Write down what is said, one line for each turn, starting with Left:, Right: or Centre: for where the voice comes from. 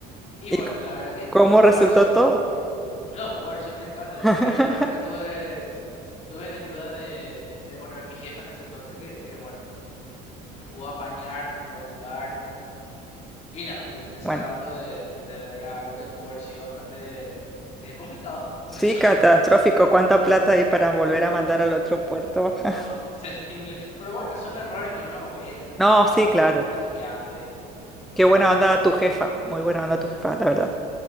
Left: Y
Centre: ¿Y
Left: bueno,
Centre: c-
Left: la verdad que
Centre: cómo
Left: pudo
Centre: resultó
Left: haber sido
Centre: todo?
Left: no, pudo haber sido un escándalo,
Centre: <laughs>
Left: pero la verdad que tuve, <laughs> tuve la ayuda de, de, bueno, de mi jefa en ese entonces, que, que, bueno, me, me pudo apañar, me pudo ayudar, y nada, me terminé salvando
Centre: Bueno,
Left: de, de, de verdad algo que pudo haber sido bastante eh, complicado <laughs>
Centre: sí,
Left: de resolver.
Centre: catastrófico. ¿Cuánta plata hay para volver a mandar al otro puerto?
Left: No,
Centre: <laughs>
Left: <laughs> terrible. Pero bueno, son errores que uno comete el primer
Centre: No,
Left: trabajo,
Centre: sí, claro.
Left: uno es principiante y,
Centre: Qué
Left: y
Centre: buena
Left: nada,
Centre: onda
Left: puede,
Centre: tu jefa. Muy buena onda tu jefa, la verdad.